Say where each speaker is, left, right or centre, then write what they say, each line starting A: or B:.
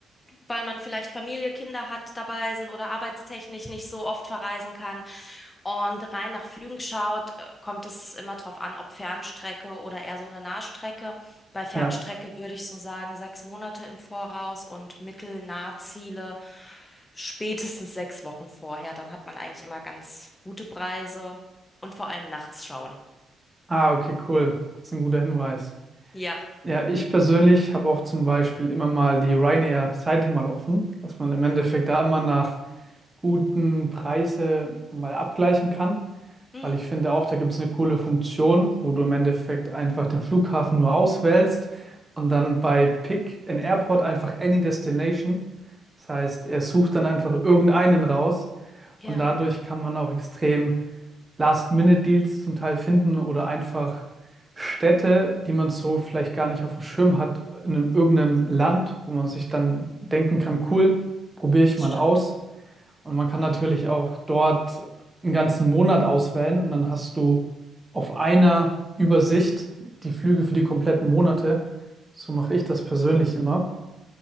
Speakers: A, on the left (about 20°); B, on the right (about 15°).
A: weil man vielleicht Familie, Kinder hat dabei sind oder arbeitstechnisch nicht so oft verreisen kann, und rein nach Flügen schaut, äh, kommt es immer drauf an, ob Fernstrecke oder eher so eine Nahstrecke. Bei Fernstrecke
B: Ja.
A: würde ich so sagen, sechs Monate im Voraus und Mittel-Nahziele spätestens sechs Wochen vorher. Dann hat man eigentlich immer ganz gute Preise und vor allem nachts schauen.
B: Ah, okay, cool. Das ist ein guter Hinweis.
A: Ja.
B: Ja, ich persönlich habe auch zum Beispiel immer mal die Ryanair-Seite mal offen, dass man im Endeffekt da immer nach guten Preise mal abgleichen kann.
A: Mhm.
B: Weil ich finde auch, da gibt es eine coole Funktion, wo du im Endeffekt einfach den Flughafen nur auswählst und dann bei Pick in Airport einfach Any Destination. Das heißt, er sucht dann einfach irgendeinen raus
A: Ja,
B: und dadurch kann man auch extrem Last-Minute-Deals zum Teil finden oder einfach Städte, die man so vielleicht gar nicht auf dem Schirm hat, in einem, irgendeinem Land, wo man sich dann denken kann, cool, probiere ich
A: das
B: mal
A: stimmt.
B: aus. Und man kann natürlich auch dort einen ganzen Monat auswählen und dann hast du auf einer Übersicht die Flüge für die kompletten Monate. So mache ich das persönlich immer